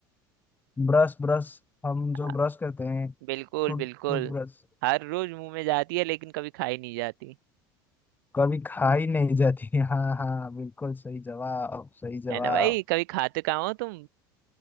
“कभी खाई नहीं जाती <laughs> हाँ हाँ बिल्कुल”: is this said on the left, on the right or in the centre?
Left